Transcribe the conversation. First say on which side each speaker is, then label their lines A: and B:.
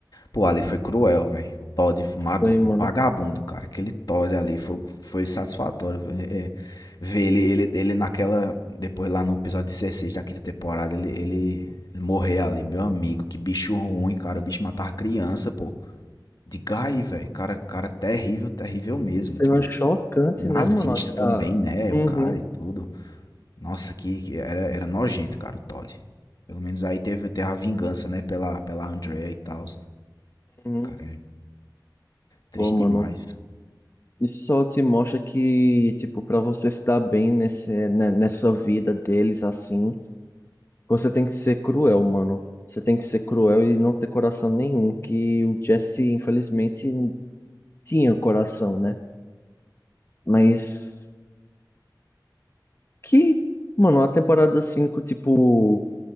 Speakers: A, on the left; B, on the left.
A: Pô, a lei foi cruel, velho. O Todd, mago-
B: Foi, mano.
A: vagabundo, cara. Aquele Todd ali foi, foi satisfatório. vé- é. ver ele, ele, ele naquela. Depois lá no episódio 16 da quinta temporada, ele, ele, ele morrer ali, meu amigo. Que bicho ruim, cara. O bicho matava criança, pô. De Guy, velho. Cara, cara terrível, terrível mesmo.
B: Cena
A: Tipo.
B: chocante,
A: Nazista
B: né, mano? A...
A: também,
B: a-
A: né?
B: Uhum,
A: O cara e tudo. Nossa, que, que era, era nojento, cara, o Todd. Pelo menos aí teve, teve a vingança, né? Pela, pela Andrea e tal.
B: uhum.
A: Cara, é triste
B: Pô, mano.
A: demais.
B: Isso só te mostra que, tipo, para você se dar bem nesse, né, nessa vida deles assim, você tem que ser cruel, mano. Você tem que ser cruel e não ter coração nenhum, que o Jesse, infelizmente, tinha coração, né? Mas que, mano, a temporada 5 tipo.